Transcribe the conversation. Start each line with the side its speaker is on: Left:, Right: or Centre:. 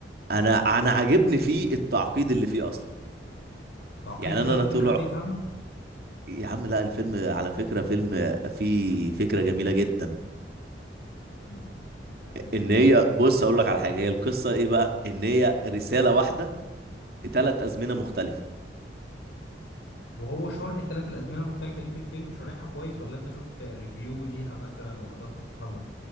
Right: انا انا عاجبني فيه التعقيد اللي فيه اصلا
Left: تعقيد
Right: يعني
Left: لدرجه
Right: انا انا طلع
Left: ان حد يفهمه
Right: يا عم لا الفيلم على فكره فيلم فيه فكره جميله جدا
Left: هم مش عارف
Right: ان هي بص اقول لك على حاجه هي القصه ايه بقى ان هي رساله واحده بثلاث ازمنه مختلفه
Left: وهو شارح التلات الازمنه المختلفه دي في الفيلم شارحها كويس ولا انت شفت ريفيو ليها مثلا وقدرت تفهمه